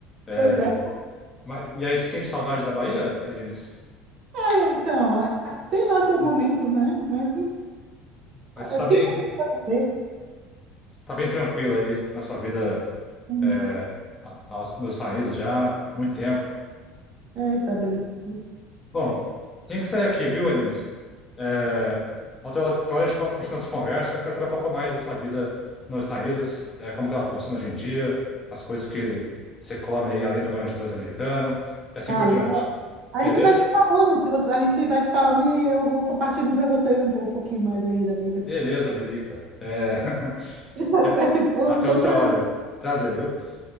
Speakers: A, on the left; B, on the right.
A: É,
B: Pois é.
A: mas- e aí, você sente saudade da Bahia, Elinis?
B: Ah, então, é, ah, tem lá seus momentos, né? Mas hum,
A: Mas
B: co-
A: você
B: é,
A: tá
B: tem
A: bem,
B: que aprender a saber.
A: você tá bem tranquilo aí na sua vida,
B: Uhum.
A: é, a- aos- nos Estados Unidos já, há muito tempo.
B: É estabelecido.
A: Bom, tenho que sair aqui, viu, Elinis? É, outra, outra hora a gente con- continua essa conversa. Quero saber um pouco mais dessa vida nos Estados Unidos, é, como que ela funciona hoje em dia, as coisas que você come aí, além do banho de dois americano, e assim
B: Valeu.
A: por diante.
B: A
A: Beleza?
B: gente vai se falando, se você, a gente vai se falando e eu vou compartilhando para vocês um, pou- um pouquinho mais aí da vida.
A: Beleza, Lilica. É,
B: <laughs>
A: <laughs>
B: certo, então,
A: até
B: foi
A: outra
B: um prazer.
A: hora aí. Prazer, viu?